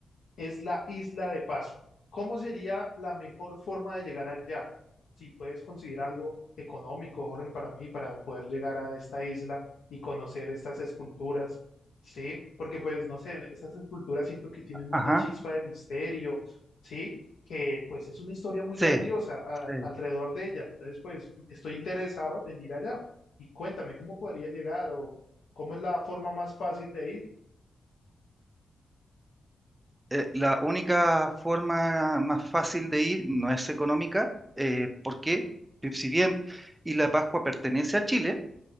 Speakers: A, on the left; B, on the right.
A: es la isla de Pascua. ¿Cómo sería la mejor forma de llegar allá? Si puedes conseguir algo económico, Jorge, para mí, para poder llegar a esta isla y conocer estas esculturas, ¿sí? Porque pues, no sé, estas esculturas siento que tienen
B: Ajá,
A: una chispa de misterio, ¿sí? Que pues es una historia muy
B: sí,
A: grandiosa a-
B: sí.
A: alrededor de ella. Entonces, pues, estoy interesado en ir allá. Y cuéntame, ¿cómo podría llegar o cómo es la forma más fácil de ir?
B: Eh, la única forma más fácil de ir no es económica, eh, porque eh, si bien Isla Pascua pertenece a Chile,